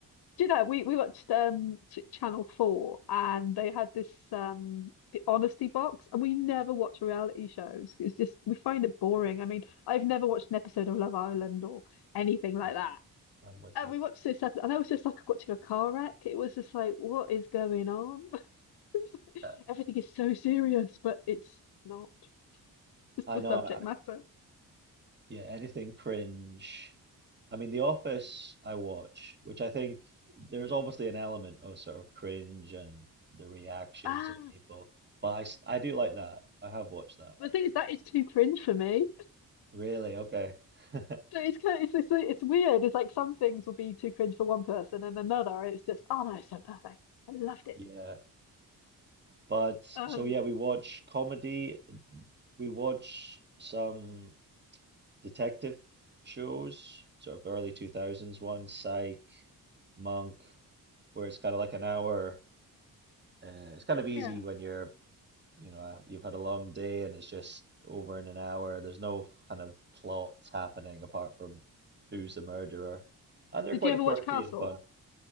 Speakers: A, on the left; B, on the right.
A: Do you know, we, we watched um Ch Channel 4 and they had this um the honesty box and we never watch reality shows. It's just we find it boring. I mean, I've never watched an episode of Love Island or anything like
B: No, I-
A: that.
B: I'm with
A: And
B: you.
A: we watched this episode and that was just like watching a car wreck. It was just like, what is going on? <laughs>
B: Yeah,
A: Everything is so serious, but it's not. It's
B: I
A: the
B: know.
A: subject
B: I, I
A: matter.
B: yeah, anything cringe. I mean, The Office I watch, which I think there's obviously an element of sort of cringe and the reactions
A: Ah,
B: of people, but I s- I do like that. I have watched that.
A: the thing is that is too cringe for me.
B: Really? Okay. <laughs>
A: So it's kind of, it's, it's it's weird. It's like some things will be too cringe for one person, and another it's just oh no, it's so perfect. I loved it.
B: Yeah. But
A: Um,
B: so yeah, we watch comedy. We watch some detective shows, sort of early 2000s one, Psych, Monk, where it's kind of like an hour. Uh, it's kind of easy
A: yeah.
B: when you're, you know, uh, you've had a long day and it's just over in an hour. There's no kind of plots happening apart from who's the murderer. And they're
A: Did
B: quite
A: you ever
B: quirky
A: watch Castle?
B: and fun.